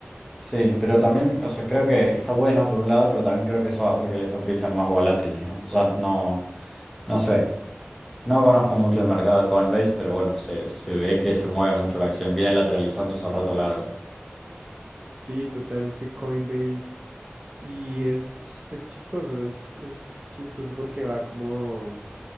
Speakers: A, in the centre; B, on the right.
A: Sí, pero también, o sea, creo que está bueno por un lado, pero también creo que eso va a hacer que el S&P sea más volátil, digamos. O sea, no, no sé, no conozco mucho el mercado de Coinbase, pero bueno, se, se ve que se mueve mucho la acción, viene lateralizando hace rato largo.
B: Sí, total, es que Coinbase y es, es chistoso, es, es chistoso porque va como